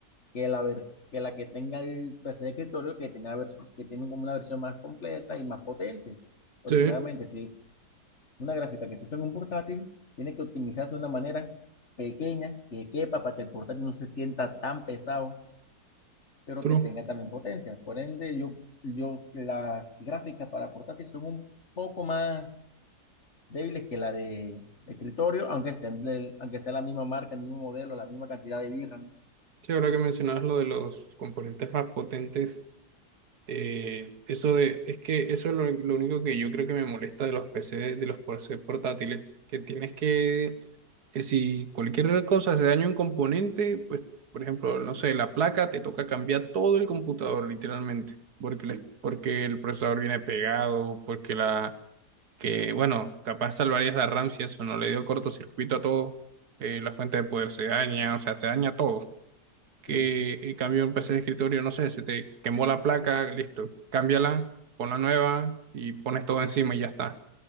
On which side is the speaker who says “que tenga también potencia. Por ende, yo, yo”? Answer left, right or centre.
Left